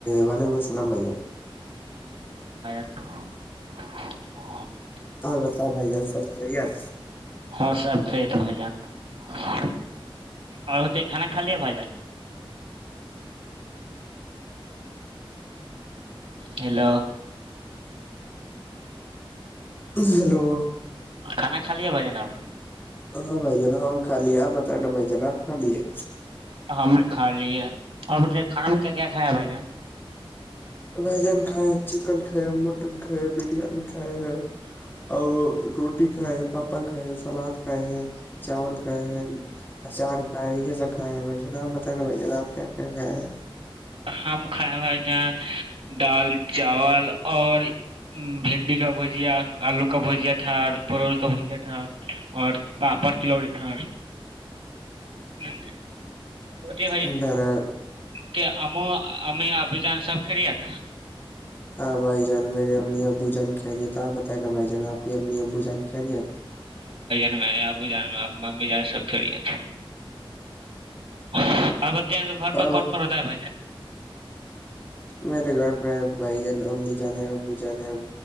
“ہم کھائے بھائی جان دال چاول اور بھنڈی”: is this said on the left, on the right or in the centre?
Right